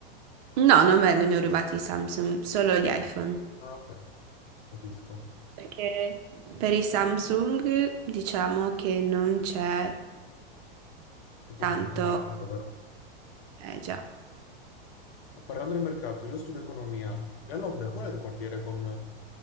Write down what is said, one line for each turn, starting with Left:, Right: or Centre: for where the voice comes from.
Right: No, non vengono rubati i Samsung, solo gli iPhone.
Left: Ah, ok, capisco.
Right: Perché per i Samsung diciamo che non c'è
Left: Tutto
Right: tanto,
Left: questo è il mercato, vero?
Right: eh già,
Left: Parlando del mercato, io studio economia. E a Londra qual è il quartiere con